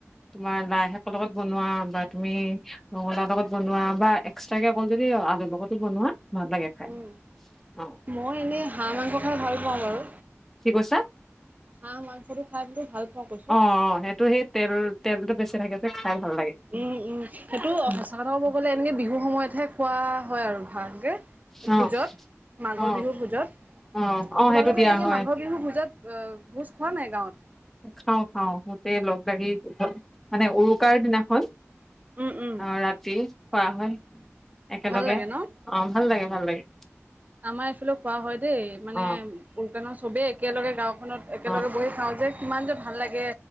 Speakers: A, in the centre; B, on the right.
A: তোমাৰ লাই শাক লগত বনোৱা বা তুমি ৰঙলাও লগত বনোৱা বা এক্সট্ৰা কে অকল যদি আলু লগতো বনোৱা ভাল লাগে খাই
B: উম
A: অ
B: মই এনেই হাঁহ মাংস খায় ভাল পাওঁ বাৰু।
A: কি কৈছা
B: হাঁহ মাংসটো খায় বোলো ভাল পাওঁ কৈছো
A: অ অ সেইটো সেই তেল তেলটো বেছি থাকে যে খাই ভাল লাগে
B: উম উম সেইটো
A: উম
B: সঁচা কথা কব গ'লে এনেকে বিহুৰ সময়তহে খোৱা হয় আৰু ভালকে,
A: অ
B: ভোজত মাঘৰ
A: অ
B: বিহু ভোজত।
A: অ অ
B: তোমালোকে
A: সেইটো দিয়া
B: এনেকে
A: হয়
B: মাঘৰ বিহু ভোজত এ ভোজ খোৱা নে নাই গাঁৱত?
A: খাওঁ খাও গোটেই লগ লাগি মানে উৰুকাৰ দিনাখন।
B: উম উম
A: আহ ৰাতি খোৱা হয় একেলগে
B: ভাল লাগে ন
A: অ ভাল লাগে ভাল লাগে।
B: আমাৰ এইফালে খোৱা হয় দেই মানে
A: অ
B: উৰুকাৰ দিনাখন চবেই একেলগে গাও একেলগে
A: অ
B: বহি খাওঁ যে কিমান যে ভাল লাগে